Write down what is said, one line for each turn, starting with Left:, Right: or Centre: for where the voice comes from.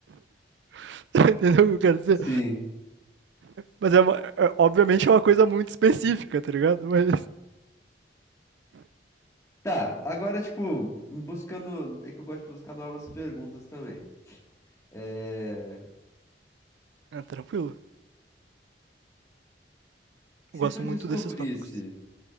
Right: <laughs> Entendeu o que eu quero dizer?
Left: sim.
Right: Mas é, uma- é- obviamente é uma coisa muito específica, tá ligado? Mas
Left: Tá, agora, tipo, buscando. É que eu gosto de buscar novas perguntas também. É...
Right: é tranquilo.
Left: Se
Right: Eu gosto
Left: tu descobrisse
Right: muito desses tópicos,